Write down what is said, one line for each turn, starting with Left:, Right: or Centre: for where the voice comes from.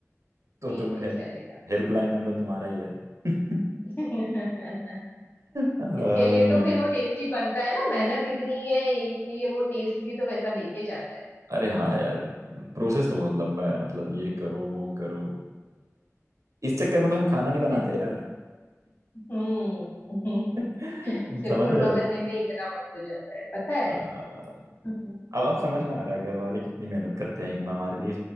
Right: तो
Left: है
Right: तुम्हें
Left: चलेगा
Right: हेल्पलाइन नंबर तुम्हारा ही है <laughs>
Left: <laughs>
Right: अ,
Left: इसके लिए तो फिर वो टेस्टी बनता है ना मेहनत इतनी है इसलिए वो टेस्ट भी तो वैसा देके जाता है
Right: अरे हाँ यार प्रोसेस तो बहुत लंबा है मतलब ये करो वो करो इस चक्कर में तो हम खाना नहीं बनाते
Left: हम्म।
Right: यार
Left: हम्म
Right: <laughs>
Left: <laughs>
Right: तुम
Left: शिरखुरमा
Right: समझ रहे हो
Left: बनने में इतना वक्त हो जाता है पता है
Right: अ,
Left: <laughs>
Right: अब अब समझ में आ रहा है घर वाले कितनी मेहनत करते हैं ईद में हमारे लिए